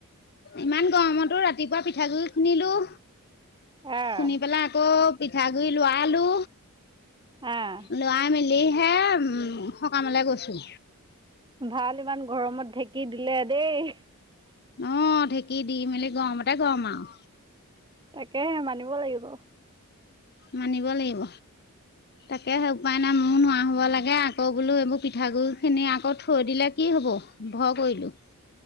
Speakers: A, on the left; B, on the right.
A: ইমান গৰমতো ৰাতিপুৱা পিঠাগুড়ি খুন্দিলোঁ।
B: আহ
A: খুন্দি পেলাই আকৌ পিঠাগুড়ি লোৱালো।
B: আহ
A: লৰাই মেলিহে উম সকামলে গৈছোঁ।
B: ভাল ইমান গৰমত ঢেঁকী দিলে দেই।
A: অঁ ঢেঁকী দি মেলি গৰমতে গৰম আও।
B: তাকেহে মানিব লাগিব।
A: মানিব লাগিব। তাকেহে উপায় নাই। মোৰো নোৱা হ'ব লাগে, আকৌ বোলো এইবোৰ পিঠাগুড়িখিনি আকৌ থৈ দিলে কি হ'ব। ভয় কৰিলোঁ।